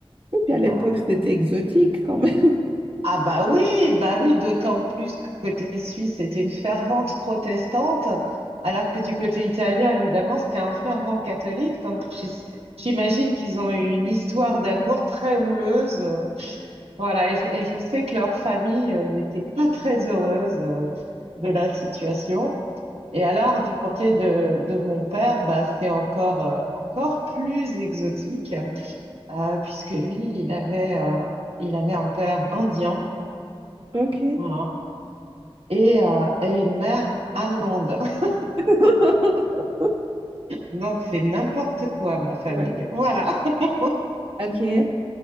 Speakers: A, on the right; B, on the right.
A: puis à l'époque,
B: euh,
A: c'était exotique quand même. <laughs>
B: Ah bah oui, bah oui, d'autant plus que côté suisse, c'était une fervente protestante, alors que du côté italien, évidemment, c'était un fervent catholique. Donc j'is- j'imagine qu'ils ont eu une histoire d'amour très houleuse. euh, Voilà, et, je et je sais que leur famille euh, n'était pas très heureuse euh, de la situation. Et alors, du côté de, de mon père, bah, c'est encore, euh, encore plus exotique, euh, puisque lui, il avait, euh, il avait un père indien.
A: Ok.
B: Voilà. et, euh, et une mère allemande. <laughs>
A: <laughs>
B: Donc c'est n'importe quoi, ma famille.
A: Ouais.
B: Voilà. <laughs>
A: Ok.